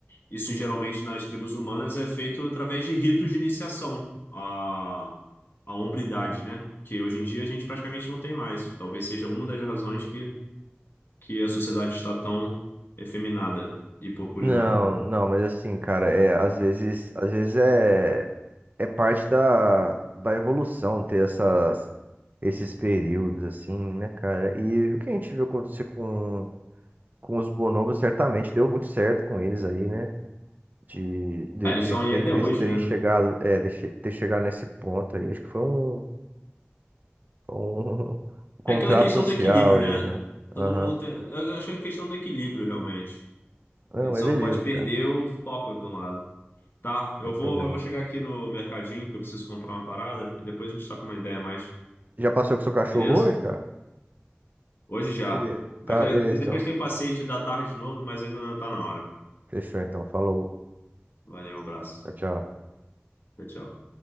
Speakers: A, on the left; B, on the right.
A: Isso geralmente nas tribos humanas é feito através de ritos de iniciação à, à hombridade, né? Que hoje em dia a gente praticamente não tem mais. Talvez seja uma das razões que, que a sociedade está tão efeminada e porcurinada.
B: Não, não, mas assim, cara, é, às vezes, às vezes é, é parte da, da evolução ter essas, esses períodos, assim, né, cara? E o que a gente viu acontecer com, com os bonobos, certamente deu muito certo com eles aí, né? de, de,
A: Ah, eles
B: de,
A: estão
B: de-
A: aí até
B: deles
A: hoje,
B: terem
A: né?
B: chegado, é, de che- ter chegado nesse ponto aí. Acho que foi um, um <laughs> contrato
A: É aquela questão
B: social
A: do equilíbrio,
B: ali,
A: né?
B: né?
A: Todo
B: Aham.
A: mundo tem. Eu acho que é uma questão do equilíbrio, realmente.
B: Não,
A: A gente
B: mas
A: só
B: beleza,
A: não pode perder
B: cara.
A: o foco de um lado. Tá, eu
B: sem
A: vou,
B: problema.
A: eu vou chegar aqui no mercadinho que eu preciso comprar uma parada e depois a gente troca uma ideia a mais,
B: Já passou com seu cachorro
A: beleza?
B: hoje, cara?
A: Hoje já.
B: Beleza.
A: Mas
B: Tá,
A: olha,
B: beleza,
A: depois
B: então.
A: tem um passeio da tarde de novo, mas ainda não tá na hora.
B: Fechou, então. Falou.
A: Valeu, um abraço.
B: Tchau, tchau.
A: Tchau, tchau.